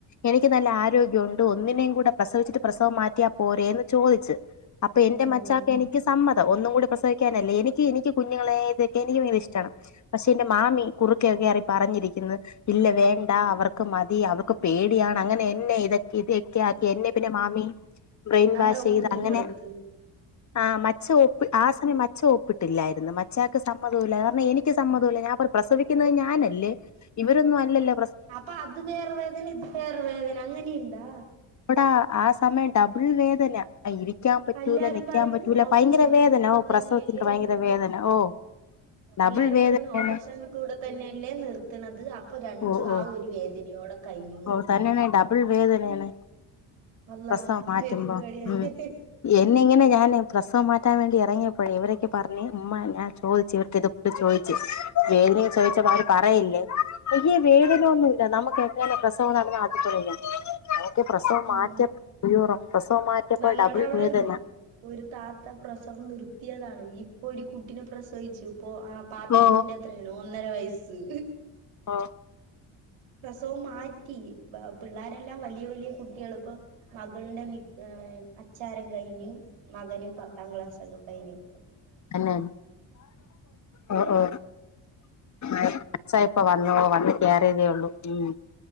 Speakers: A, on the left; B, on the right.
A: എനിക്ക് നല്ല ആര്യ ഉണ്ട് ഒന്നിനെയും കൂടെ പ്രസവിച്ചിട്ട് പ്രസവം മാറ്റിയാ പോരേന്ന് ചോദിച്ച് അപ്പൊ എന്റെ
B: ഉം
A: മച്ചാക്ക് എനിക്ക് സമ്മതം ഒന്നും കൂടി പ്രസവിക്കാനല്ലേ എനിക്ക് എനിക്ക് ങ്ങളതൊക്കെ എനിക്ക് ഭയങ്കര ഇഷ്ടമാണ് പക്ഷെ എന്റെ മാമി കുറുക്കെക്കെറി പറഞ്ഞിരിക്കുന്ന് ഇല്ല വേണ്ട അവർക്ക് മതി അവർക്ക് പേടിയാണ് അങ്ങനെഎന്നെ ഇതൊക്കെ ഇതൊക്കെ ആക്കി എന്നെ പിന്നെ മാമി ബ്രെയിൻ
B: അങ്ങനെ
A: വാഷ്
B: ഒപ്പിട്ട്
A: ചെയ്ത് അങ്ങനെ
B: കൊടുത്ത്
A: ആ മച്ച ആ സമയം മച്ച ഒപ്പിട്ടില്ലായിരുന്നു മച്ച സമ്മതുല്ല കാരണം എനിക്ക് സമ്മതുല്ല ഞാൻ പ്രസവിക്കുന്നത് ഞാനല്ലേ ഇവരൊന്നും അല്ലലോ
B: അപ്പൊ അത് വേറെ വേദന ഇത് വേറെ വേദന അങ്ങനെയിണ്ടാ
A: എവിട ആ സമയം ഡബിൾ വേദന ഇരിക്കാൻ പറ്റൂല
B: എല്ലാരും
A: നിക്കാൻ
B: പറയണ്
A: പറ്റൂല
B: ഓപ്പറേഷനിൽ
A: ഭയങ്കര വേദന
B: കൂടെ
A: ഓ
B: തന്നെയല്ലേ
A: പ്രസവത്തിന്റെ ഭയങ്കര വേദന ഓ ഡബിൾ
B: എല്ലാരും
A: വേദനയാണ്
B: പറയുന്നു ഓപറഷൻ കൂടെ തന്നെല്ലേ നിർത്തണത്. അപ് അപ്പൊ രണ്ട്
A: ഓ ഓ
B: ആ ഒരു വേദനയോടെ കഴിഞ്ഞൂന്ന്
A: ഓ തന്നെനെ ഡബിൾ വേദനയേണ്
B: അള്ളാ
A: പ്രസവം മാറ്റുമ്പോ
B: ശരിക്കും പേടിയാണ്
A: മ് എന്നിങ്ങനെ ഞാന് പ്രസവം മാറ്റാൻ വേ ഇറങ്ങിയപ്പഴെ ഇവരെക്ക് പറഞ്ഞ് ഇമ്മാ എ ഞാൻ ചോദിച്ചു ഇവർക്ക് ഇതപോലെ ചോദിച്ചു വേദനയും ചോദിച്ചപ്പോ അവര് പറയില്ലേ ഏ വേദനയൊന്നുമ ഇല്ല നമുക്ക് എങ്ങെ പ്രസവം നടന്ന അതുപോലന്യ പ്രസവം
B: ഉം
A: മാറ്റ ഉയ്യോടാ പ്രസവം മാറ്റിയപ്പോൾ
B: ഞങ്ങടെ
A: ഡബിൾ
B: അവിടെ
A: വേദന
B: ഇല്ലേ ഒരു താത്ത പ്രസവം നിർത്തിയതാണ് ഇപ്പൊ ഒരു കുട്ടിനെ പ്രസവിച്ചു ഓഹ് ആ പാത്ത്കുട്ടിന്റെ
A: ഓ
B: അത്രയാണ് ഒന്നര വയസ്സ്
A: ഓ
B: പ്രസവംമാറ്റി അപ് അ പിള്ളരെല്ലാം വലിയ വലിയ കുട്ടികൾ ഇപ്പം മകളുടെ നിക് അ അച്ചാരം കയിഞ്ഞു മകനും പത്താം ക്ലാസ്ക്കെ കഴഞ്ഞു
A: അന്നെ ഓ ഓ അച്ച ഇപ്പ വന്നോ വന്ന് കയറിയതേള്ളൂ ഉം